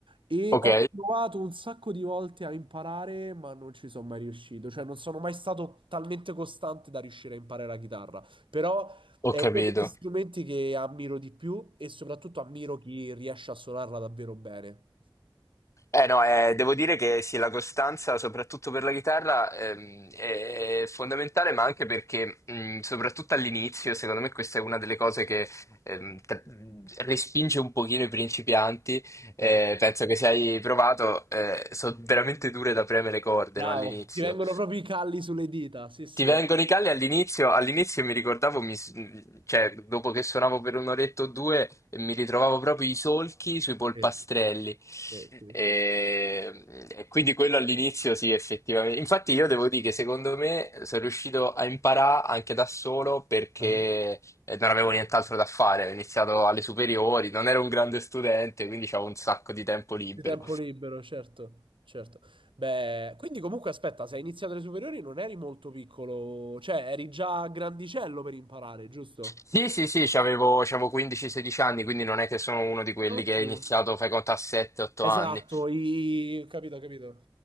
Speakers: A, on the right; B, on the left.
A: e
B: Ok,
A: ho provato un sacco di volte a imparare, ma non ci sono mai riuscito. Cioè, non sono mai stato talmente costante da riuscire a imparare la chitarra. Però
B: ho
A: è
B: capito.
A: uno degli strumenti che ammiro di più e soprattutto ammiro chi riesce a suonarla davvero bene.
B: Eh no, eh, devo dire che sì, la costanza, soprattutto per la chitarra, ehm, è è fondamentale, ma anche perché, mh, soprattutto all'inizio, secondo me questa è una delle cose che ehm, tra- respinge un pochino i principianti. Eh,
A: Certo.
B: penso che se hai provato, eh, sono veramente dure da premere le corde,
A: Bravo,
B: no, all'inizio.
A: ti vengono proprio i calli sulle dita. Sì, sì.
B: Ti vengono i calli all'inizio, all'inizio mi ricordavo, mi s- cioè dopo che suonavo per un'oretta o due, eh, mi ritrovavo proprio i solchi sui polpastrelli.
A: Sì, sì, sì.
B: E,
A: sì.
B: e quindi quello all'inizio sì, effettivamente. Infatti io devo dire che secondo me sono riuscito a imparare anche da solo perché
A: Ah.
B: eh, non avevo nient'altro da fare. Ho iniziato alle superiori, non ero un grande studente, quindi avevo un sacco di tempo libero.
A: Di tempo libero, certo, certo. Beh, quindi comunque aspetta, se hai iniziato le superiori non eri molto piccolo, cioè eri già grandicello per imparare, giusto?
B: Sì, sì, sì, c'avevo, c'avevo 15-16 anni, quindi non è che sono uno di quelli
A: Ottimo.
B: che ha iniziato, fai conto, a 7-8
A: Esatto,
B: anni.
A: i... capito, capito.